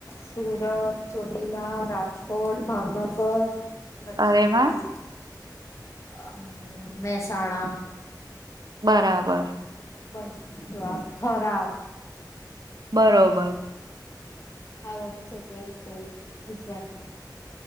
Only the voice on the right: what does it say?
અરે વાહ
બરાબર.
બરોબર.